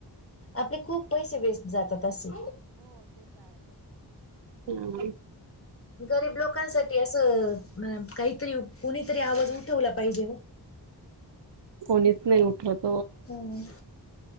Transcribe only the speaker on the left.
आपले खूप पैसे वेस्ट जातात असे.
गरीब लोकांसाठी असं काहीतरी कोणीतरी आवाज उठवला पाहिजे ओ.
हम.